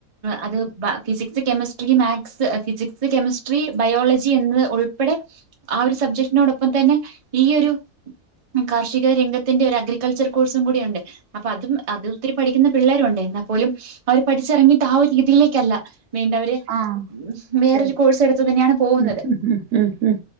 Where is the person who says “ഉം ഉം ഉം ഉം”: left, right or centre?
Right